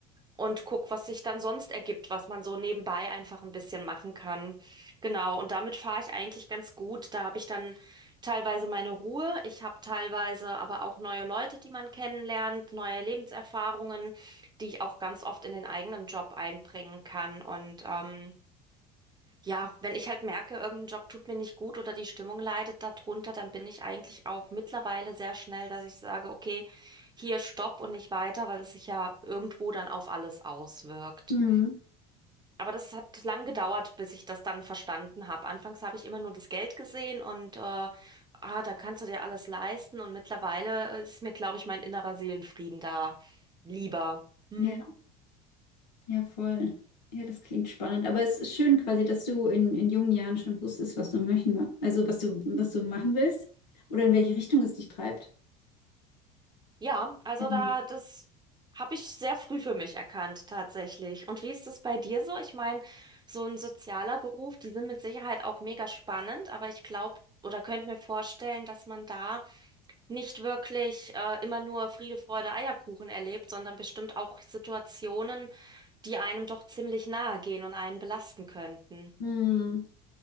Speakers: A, on the right; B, on the left.
A: und guck, was sich dann sonst ergibt, was man so nebenbei einfach ein bisschen machen kann. Genau, und damit fahre ich eigentlich ganz gut. Da habe ich dann teilweise meine Ruhe, ich habe teilweise aber auch neue Leute, die man kennenlernt, neue Lebenserfahrungen, die ich auch ganz oft in den eigenen Job einbringen kann. Und ähm, ja, wenn ich halt merke, irgendein Job tut mir nicht gut oder die Stimmung leidet darunter, dann bin ich eigentlich auch mittlerweile sehr schnell, dass ich sage, okay, hier stopp und nicht weiter, weil es sich ja irgendwo dann auf alles auswirkt.
B: Mhm.
A: Aber das hat lang gedauert, bis ich das dann verstanden habe. Anfangs habe ich immer nur das Geld gesehen und äh, ah, dann kannst du dir alles leisten. Und mittlerweile ist mir, glaube ich, mein innerer Seelenfrieden da lieber. Hm.
B: Ja, ja, voll. Ja, das klingt spannend. Aber es ist schön quasi, dass du in, in jungen Jahren schon wusstest, was du möchten, also was du, was du machen willst oder in welche Richtung es dich treibt.
A: Ja, also
B: Ähm,
A: da, das habe ich sehr früh für mich erkannt, tatsächlich. Und wie ist das bei dir so? Ich meine, so ein sozialer Beruf, die sind mit Sicherheit auch mega spannend, aber ich glaube oder könnte mir vorstellen, dass man da nicht wirklich äh, immer nur Friede, Freude, Eierkuchen erlebt, sondern bestimmt auch Situationen, die einem doch ziemlich nahe gehen und einen belasten könnten.
B: hm,